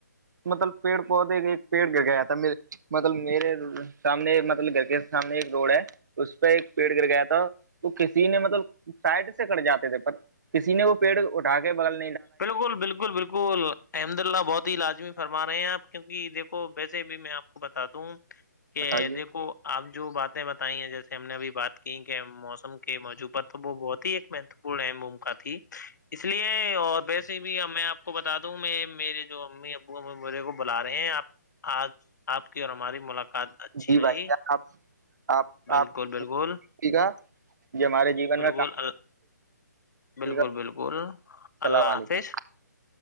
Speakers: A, on the right (about 70°); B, on the left (about 70°).
A: مطلب پیڑ پودے کے ایک پیڑ گ گیا تھا میرے مطلب میرے سامنے مطلب گھر کے سامنے روڈ ہے اس پہ ایک پیڑ گر گیا تھا تو کسی نے مطلب سائڈ سے کٹ جاتے تھے کسی نے وہ پیڑ اٹھا کے بدل
B: بالکل بالکل بالکل احمد اللہ بہت ہی لازمی فرما رہے ہیں آپ کیونکہ دیکھو ویسے بھی میں آپ کو بتات د ہوں کہ
A: بتائیے
B: دیکھو آپ جو باتیں بتائی ہیں جیسے ہم نے ابھی بات کی کہ موسم کے موجوع پر تو وہ بہت ہی ایک منت بڑ اہم بھومکا تھی اس لیے اور ویسے بھی میں آپ کو بتا دوں میں میرے جو امی ابو ا میرے کو بلا رہے ہیں آپ آج آپ کی اور ہماری ملاقات اچھی
A: جی
B: رہی
A: بھائی جان آپ آپ
B: بالکل
A: آپ
B: بالکل
A: یہ ہمارے جین
B: بالکل
A: میں
B: بالکل
A: ہے
B: بالکل
A: السلام
B: اللہ
A: علیکم
B: حافظ